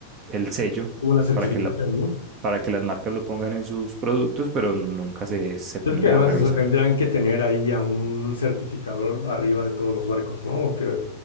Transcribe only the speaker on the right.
el sello
para que la, para que las marcas lo pongan en sus productos, pero nunca se, se ponen
a revisar.